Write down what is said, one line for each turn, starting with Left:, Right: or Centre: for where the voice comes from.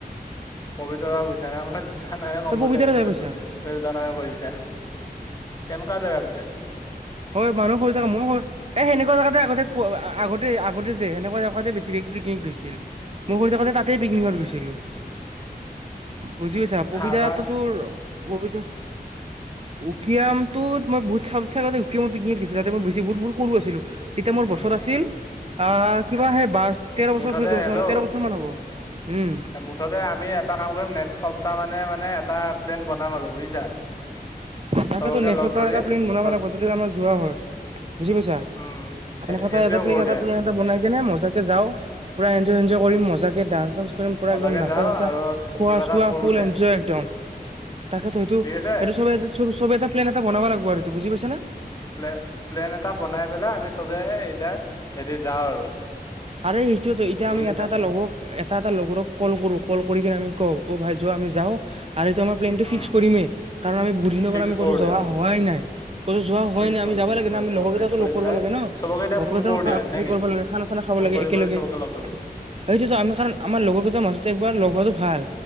Left: পবিতৰা গৈছা নে নাই, মই দুটা নামে ক'ম
Right: তই
Left: বুলি
Right: পবিতৰা
Left: ভাবিছিলোঁ,
Right: যাই
Left: তই
Right: পাইছা
Left: দু-দুটা নামেই কৈ দিছা, কেনেকুৱা জেগা পিছে?
Right: হয় মানুহ সৰু জেগা-মই সৰু, এই সেনেকুৱা জেগাতে আগতে-আগতে-আগতে যে সেনেকুৱা জেগাতে বেছিকে পিকনিক গৈছিল, মোৰ সৰু থাকোঁতে তাত তাতে পিকনিকত
Left: উম
Right: গৈছিলোঁ। বুজি পাইছা, পবিতৰাতো
Left: আমাৰ
Right: তোৰ পবিতৰা উকিয়ামতোত মই বোট চা বোট চা কৈ <unintelligible> সৰু আছিলোঁ। তেতিয়া
Left: উম
Right: মোৰ
Left: উম
Right: বছৰ আছিল আ কিবা সে বা তেৰ বছৰ,
Left: মুঠতে
Right: চৈধ্য বছৰ,
Left: হেল্ল'
Right: তেৰ বছৰ মান হ'ব। উম
Left: মুঠতে আমি এটা কাম কৰিম নেক্সট সপ্তাহ মানে, মানে এটা প্লেন বনাম আৰু বুজিছা।
Right: তাকেটো
Left: চবকে
Right: নেক্সট
Left: লগ
Right: সপ্তাহত
Left: ধৰি
Right: প্লেন বনাব
Left: চব
Right: লাগিব যদি আমাৰ যোৱা হয়, বুজি পাইছা?
Left: উম, সেই
Right: এনেকোৱা
Left: সেইটোয়ে
Right: এটা প্লেন
Left: কৰো
Right: এটা,
Left: দিয়া।
Right: প্লেন বনাই কেনে মজাকে যাওঁ পুৰা এন ইঞ্জয় কৰিম
Left: উম,
Right: মজাকে ডান্স চা পুৰা
Left: মজাকে
Right: একদম নাচা,
Left: যাওঁ
Right: চাচা
Left: আৰু
Right: খোৱা,
Left: কিবা এটা
Right: চোৱা
Left: কৰো
Right: ফুল
Left: দিয়া।
Right: এনজয় একদম। তাকেতো হেটো
Left: ঠিক আছে?
Right: এইটো চব-চবে এটা প্লেন এটা বনাবা লাগবো আৰু এইটো বুজি পাইছা না?
Left: প্লে, প্লেন এটা বনাই পেলাই আমি চবে এতিয়া হেৰি যাওঁ আৰু
Right: আৰু সেইটো এতিয়া
Left: বুজিছা?
Right: আমি এটা, এটা লগ, এটা, এটা লগৰক ক'ল কৰোঁ ক'ল কৰি কিনে আমি কওঁ অ', ভাই যোৱা, আমি যাওঁ। আৰু এইটো আমাৰ প্লেনটো
Left: উম,
Right: ফিক্স কৰিমে কাৰণ আমি বহুত দিনৰ
Left: ফিক্স
Right: পৰা আমি ক'তো
Left: কৰো
Right: যোৱা
Left: দিয়া উম।
Right: হোৱাই নাই, ক'তো যোৱা হোৱা
Left: ফিক্স
Right: নাই
Left: কৰো
Right: আমি যাব
Left: ফিক্স
Right: লাগে
Left: কৰো
Right: ন' আমি
Left: পুৰা
Right: লগৰ
Left: ফিক্স
Right: কেটাকো
Left: কৰি
Right: লগ কৰিব
Left: পেলাই
Right: লাগে ন?
Left: চবকে এতিয়া
Right: লগৰ
Left: ফোন
Right: কেটা
Left: কৰো
Right: খা
Left: দিয়া নে
Right: হেৰী
Left: কি?
Right: কৰিব লাগে খানা খানা খাব
Left: ফোন
Right: লাগে
Left: কৰি
Right: একেলগে,
Left: কৰি চবকে লগ ধৰো।
Right: সেইটোৱেটো আমি খা আমাৰ লগৰ কেইটাৰ মাজতে এবাৰ ল গ হোৱাটো ভাল